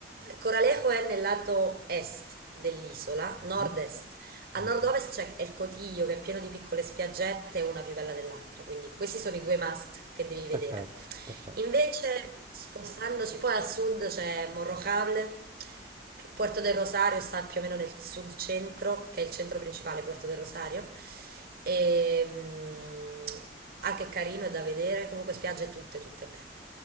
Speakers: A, on the right; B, on the right.
A: Coralejo è nel lato est dell'isola,
B: Mhm,
A: nord-est. A
B: vabbè,
A: nord-ovest c'è il Cotiglio che è pieno di piccole spiaggette, una più bella dell'altra, quindi questi sono i due must che devi vedere.
B: Perfetto, perfetto.
A: Invece, spostandoci poi al sud c'è Morrocable, che- Puerto del Rosario sta più o meno nel sud centro, che è il centro principale, Puerto del Rosario. E, mm, anche carino, è da vedere, comunque spiagge tutte, tutte belle.